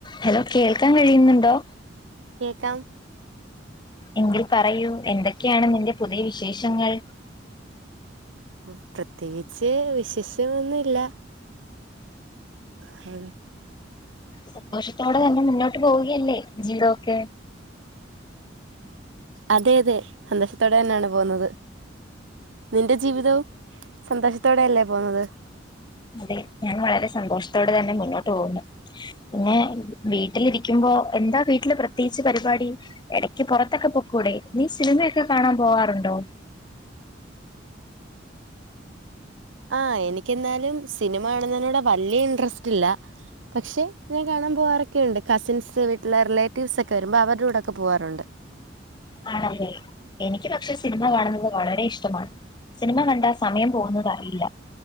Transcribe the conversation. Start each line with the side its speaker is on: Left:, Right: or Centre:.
Left: ഹലോ കേൾക്കാൻ കഴിയുന്നുണ്ടോ
Right: കേക്കാം
Left: എങ്കിൽ പറയൂ എന്തൊക്കെയാണ് നിന്റെ പുതി ശേഷങ്ങൾ
Right: മൊത്ത് തേച്ച് വിശേഷ്യന്നുല്ല ഹലോ.
Left: സന്തോഷത്തോടെ തന്നെ മുന്നോ പോകുകയല്ലേ ജീവിതൊക്കെ.
Right: അതെ അതെ സന്തോശത്തോടെ തന്നെയാണ് പോകുന്നത് നിന്റെ ജീവിതോ സന്തോഷത്തോടെയല്ലേ പോവുന്നത്
Left: അതെ ഞാൻ വളരെ സന്തോഷത്തോടെ തന്നെ മുന്നോട്ട് പോക്ണ്ട് പിന്നെ വീട്ടിലിരിക്കുമ്പോ എന്താ വീട്ടില് പ്രത്യേകിച്ച് പരിപാടി ഇടക്ക് പുറത്തൊക്കെ പൊക്കൂടെ നീ സിനിമയൊക്കെ കാണാൻ പോവാറുണ്ടോ
Right: ആ എനിക്ക്എന്നാലും സിനിമ കാണുന്നതിനോട് വല്യ ഇൻട്രസ്റ്റ് ഇല്ല പക്ഷെ ഞാൻ കാണാൻ പോവാറൊക്കെയുണ്ട് കസിൻസ് വീട്ടിലെ റിലേറ്റീവ്സ് ഒക്കെ വരുമ്പോ അവരുടെ കൂടെയൊക്കെ പോവാറുണ്ട്
Left: ആണല്ലേ എനിക്ക് പക്ഷെ സിനിമ കാണുന്നത് വളരെ ഇഷ്ടമാണ് സിനിമ കണ്ടാ സമയം പോകുന്നത് അറിയില്ല